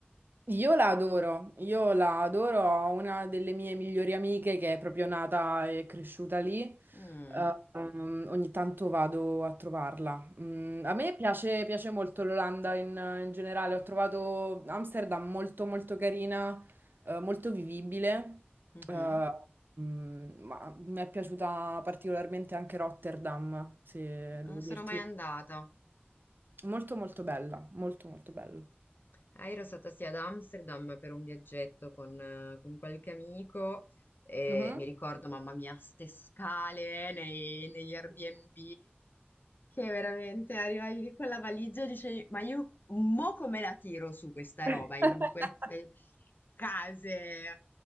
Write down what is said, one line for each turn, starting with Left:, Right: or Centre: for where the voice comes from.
Right: Io la adoro, io la adoro, ho una delle mie migliori amiche che è proprio nata e cresciuta lì,
Left: Mm,
Right: eh, ehm, ogni tanto vado a trovarla. Mm, a me piace, piace molto l'Olanda in, in generale, ho trovato Amsterdam molto molto carina, eh, molto vivibile,
Left: mhm.
Right: eh, mm, ma mi è piaciuta particolarmente anche Rotterdam, se
Left: Non
Right: devo
Left: sono
Right: dirti.
Left: mai
Right: la-
Left: andata.
Right: Molto molto bella, molto molto bella.
Left: Ah, io ero stata sì ad Amsterdam per un viaggetto con, eh, con qualche amico e
Right: Mhm.
Left: mi ricordo, mamma mia, ste scale nei- negli Airbnb che veramente arrivavi lì con la valigia e dicevi, ma io mo come la tiro su questa
Right: <laughs>
Left: roba in queste case eh,